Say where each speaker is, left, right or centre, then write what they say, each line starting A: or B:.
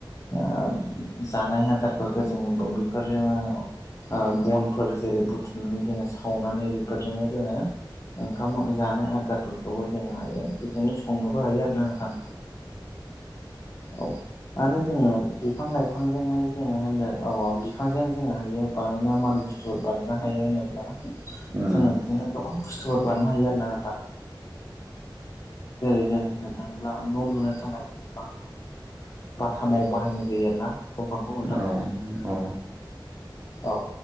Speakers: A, on the left; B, on the right.
A: ओ जानाय आदारफोरखौ जोङो बेफोरजोंनो ओ बनफोर जेरै बुथुमनानै जोङो सावनानै बेफोरजोंनो जोङो ओंखाम जानाय आदारफोरखौबो जोङो हायो बेजोंनो सु हायो आरोना नोंथां औ आरो जोङो बिफां लाइफांजोंहाय जोङो होनो औ मा बिफांजों जोङो हायो बानायना मा लु बुस्थुफोर बानायनो हायो होनोब्ला
B: उम
A: जोङो बिदिनो गोबां बुस्थुफोर बानायनो हायो आरो ना नोंथां जेरै जों होननो थाङोब्ला न' लुनो थाखाय जों बाथाम बाथामाव बाहायनाय जायो आरो ना दंफांखौ नोंथां
B: औ औ
A: औ